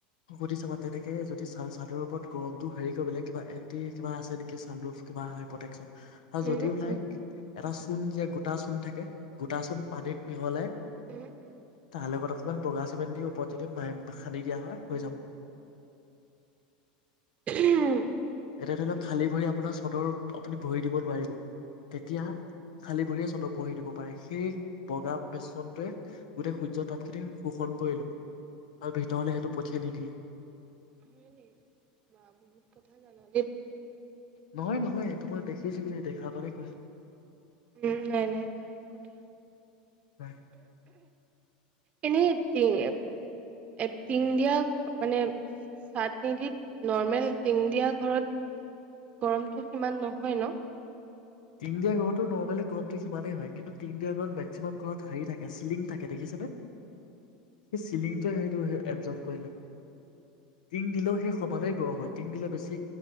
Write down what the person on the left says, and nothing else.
সুধি ছাবা তেনেকে যদি চা চাদৰ ওপৰত গৰমটো হেৰিকৈ বেলেগ কিবা এণ্টি কিবা আছে নেকি ছানৰুফ কিবা হয় প্ৰটেকশ্যন আ
যদিও
নাইক এটা চূণ যে গোটা চূণ থাকে গোটা চুন পানীত মিহলাই
তাৰ লগত অকমান বগা চিমেণ্ট দি ওপৰত যদি পা খানদি দিয়া হয় হৈ যাব
এতিয়া ধৰি লওক খালী ভৰি আপোনাৰ চাদৰ আপুনি ভৰি দিব নোৱাৰিব তেতিয়া খালী ভৰিয়ে চাদৰ ভৰি দিব পাৰে সেই বগা বেচনটোৱে গোটেই সূৰ্য তাপখিনি শোষণ কৰি লয় আৰু ভিতৰলে সেইটোক খেদি দিয়ে।
নহয় নহ হয় এইটো মই দেখিছিলোঁ এ দেখা বাবে কৈছোঁ।
হয়।
টিন দিয়া ঘৰতো নৰ্মেলি গৰমটো সিমানেই হয়। কিন্তু টিন দিয়া ঘৰত মেক্সিমাম ঘৰত হাৰি থাকে চিলিং থাকে দেখিছানে? এই চিলিংটো সেইটো এভজভ কৰিলে টিন দিলেও সেই সমানেই গৰম হয়, টিন দিলে বেছি